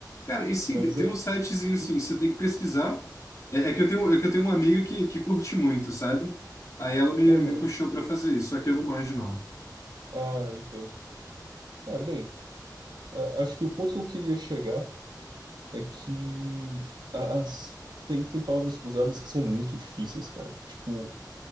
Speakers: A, on the left; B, on the right.
A: Cara, e sim,
B: Mas
A: tem tem
B: é.
A: um sitezinho assim,
B: hum,
A: você tem que pesquisar. É, é que eu tenho, é que eu tenho uma amiga que, que curte muito, sabe? Aí ela me,
B: Aham.
A: me puxou pra fazer isso, só que eu não manjo, não.
B: Ah, entendo. É, bem, a- acho que o ponto que eu queria chegar é que a- as, tem, tem palavras cruzadas que são muito difíceis, cara. Tipo,